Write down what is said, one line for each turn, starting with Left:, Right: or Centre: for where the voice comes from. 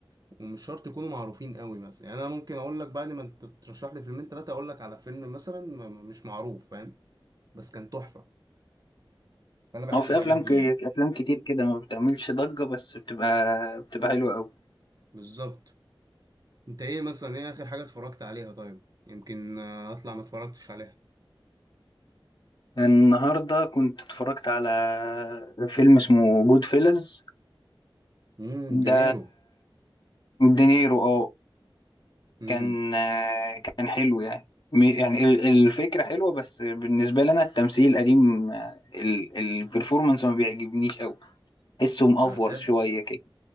Right: ومش شرط يكونوا معروفين قوي مثلا يعني انا ممكن اقول لك بعد ما انت ترشح لي فيلمين ثلاثة اقول لك على فيلم مثلا ما- ما- مش معروف فاهم بس كان تحفة فانا بحب
Left: هو في
Right: الحاجات
Left: افلام
Right: دي
Left: ك...
Right: يعني
Left: افلام كتير كده ما بتعملش ضجة بس بتبقى بتبقى حلوة قوي
Right: بالظبط انت ايه مثلا ايه اخر حاجة اتفرجت عليها طيب يمكن آه، اطلع ما اتفرجتش عليها
Left: النهارده كنت اتفرجت على فيلم اسمه جود فيلز
Right: امم
Left: ده
Right: دينيرو
Left: دينيرو اه
Right: امم
Left: كان آه، كان حلو يعني م- يعني ال- الفكرة حلوة بس بالنسبة لي أنا التمثيل قديم البرفورمانس ما بيعجبنيش أوي حسه مأفور
Right: انا بتحب
Left: شوية كده